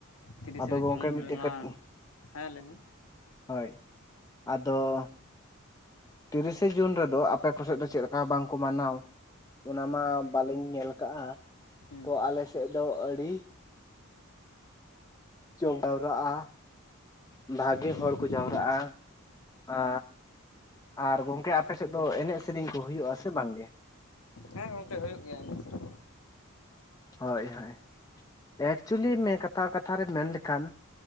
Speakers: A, on the left; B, on the left.
A: ᱛᱤᱨᱤᱥᱮ
B: ᱟᱫᱚ ᱜᱚᱝᱠᱮ
A: ᱡᱩᱱ
B: ᱢᱤᱫᱴᱮᱡ
A: ᱨᱮᱢᱟ,
B: ᱠᱟᱹᱴ
A: ᱦᱮᱸ ᱞᱟᱹᱭ ᱢᱮ?
B: ᱦᱳᱭ ᱟᱫᱚ ᱛᱤᱨᱤᱥᱮ ᱡᱩᱱ ᱨᱮᱫᱚ ᱟᱯᱮ ᱠᱚ ᱥᱮᱫ ᱫᱚ, ᱪᱮᱫ ᱞᱮᱠᱟ ᱵᱟᱝᱠᱚ ᱢᱟᱱᱟᱣ? ᱚᱱᱟᱢᱟ ᱵᱟᱞᱤᱧ ᱧᱮᱞ ᱠᱟᱜᱼᱟ,
A: ᱦᱩᱸ
B: ᱛᱚ ᱟᱞᱮ ᱥᱮᱫ ᱫᱚ ᱟᱹᱰᱤ ᱡᱚ ᱡᱟᱣᱨᱟᱜᱼᱟ <unintelligible> ᱵᱷᱟᱜᱮ
A: ᱦᱩᱸ
B: ᱦᱚᱲ ᱠᱚ ᱡᱟᱣᱨᱟᱜᱼᱟ, ᱟ ᱟᱨ ᱜᱚᱝᱠᱮ ᱟᱯᱮ ᱥᱮᱫ ᱫᱚ ᱮᱱᱮᱡ ᱥᱮᱨᱮᱧ ᱠᱚ ᱦᱳᱭᱳᱜᱼᱟ ᱥᱮ ᱵᱟᱝᱜ ᱜᱮ?
A: ᱦᱮᱸ ᱜᱚᱝᱠᱮ ᱦᱳᱭᱳᱜ ᱜᱮᱭᱟ ᱮᱱᱮᱡ ᱥᱮᱨᱮᱧ᱾ ᱠᱚ
B: ᱦᱳᱭ-ᱦᱳᱭ ᱮᱠᱪᱩᱭᱮᱞᱤ ᱠᱟᱛᱷᱟ ᱠᱟᱛᱷᱟ ᱨᱮ ᱢᱮᱱ ᱞᱮᱠᱷᱟᱱ